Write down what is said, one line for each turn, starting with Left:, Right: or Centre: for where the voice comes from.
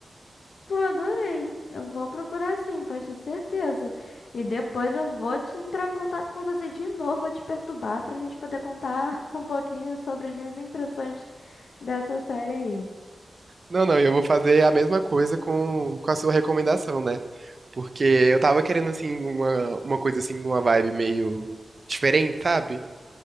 Left: Pô, adorei. Eu vou procurar sim, pode ter certeza. E depois eu vou te entrar em contato com você de novo, vou te perturbar pra gente poder contar <laughs> um pouquinho sobre as minhas impressões dessa série aí.
Right: Não, não, eu vou fazer a mesma coisa com, com a sua recomendação, né? Porque eu tava querendo assim uma, uma coisa assim, uma vibe meio diferente, sabe?